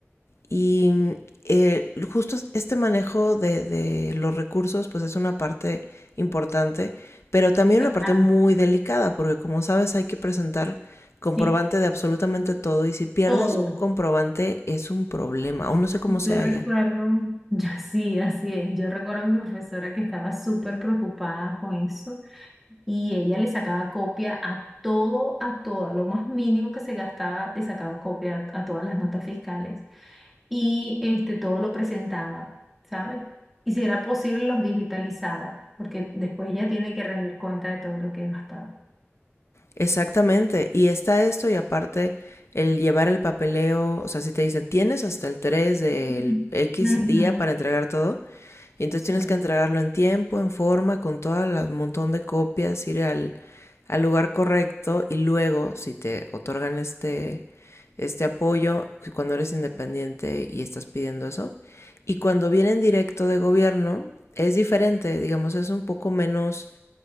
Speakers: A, on the left; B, in the centre.
A: Y eh, justo este manejo de, de, los recursos pues es una parte importante, pero también
B: Claro,
A: una parte muy delicada porque como sabes hay que presentar comprobante
B: sí,
A: de absolutamente todo y si pierdes
B: todo.
A: un comprobante es un problema, aún no sé cómo
B: Yo
A: sea
B: recuerdo,
A: allá
B: yo <laughs> sí, así es. Yo recuerdo a mi profesora que estaba súper preocupada con eso y ella le sacaba copia a todo, a todo, a lo más mínimo que se gastaba, le sacaba copia a, a todas las notas fiscales y este, todo lo presentaba, ¿sabes? Y si era posible, los digitalizaba, porque después ella tiene que rendir cuenta de todo lo que ha gastado.
A: Exactamente, y está esto y aparte el llevar el papeleo, o sea, si te dicen tienes hasta el 3 del
B: Ujú.
A: X
B: Ujú.
A: día para entregar todo, y entonces
B: Sí.
A: tienes que entregarlo en tiempo, en forma, con todas las montón de copias, ir al, al lugar correcto y luego si te otorgan este, este apoyo, si cuando eres independiente y estás pidiendo eso, y cuando vienen directo de gobierno es diferente, digamos, es un poco menos